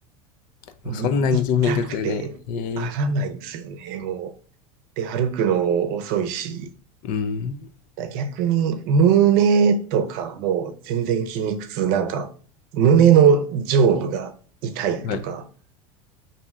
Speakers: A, on the left; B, on the right.
A: もうそんなに筋肉痛で、
B: もうい痛くて上がらないんですよね、
A: へえ。
B: もう。で、歩くのも遅いし、
A: うん。
B: だ逆に、胸とかもう全然筋肉痛、なんか、胸の上部が痛いとか、
A: はい。